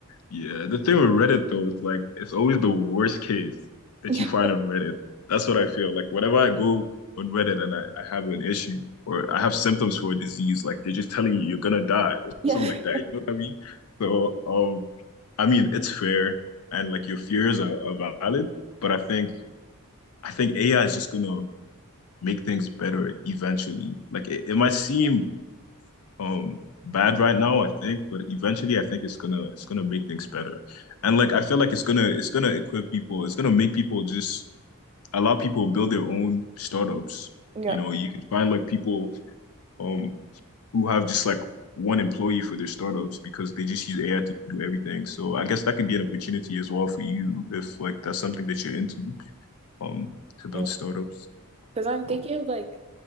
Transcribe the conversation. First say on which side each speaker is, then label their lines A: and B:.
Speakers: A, on the left; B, on the right.
A: Yeah, the thing with Reddit though is like it's always the worst case that
B: Yeah.
A: you find on Reddit. That's what I feel. Like whenever I go on Reddit and I, I have an issue or I have symptoms for a disease, like they're just telling you you're gonna die or
B: <laughs>
A: something like that. You know what I mean? So, um, I mean it's fair and like your fears are, are valid, but I think I think AI is just gonna make things better eventually. Like it, it might seem um bad right now, I think, but eventually I think it's gonna it's gonna make things better. And like I feel like it's gonna it's gonna equip people, it's gonna make people just allow people to build their own startups.
B: Yeah.
A: You know, you can find like people um who have just like one employee for their startups because they just use AI to do everything. So I guess that could be an opportunity as well for you if like that's something that you're into, um, to build
B: Yeah.
A: startups.
B: Because I'm thinking
A: Oh,
B: of like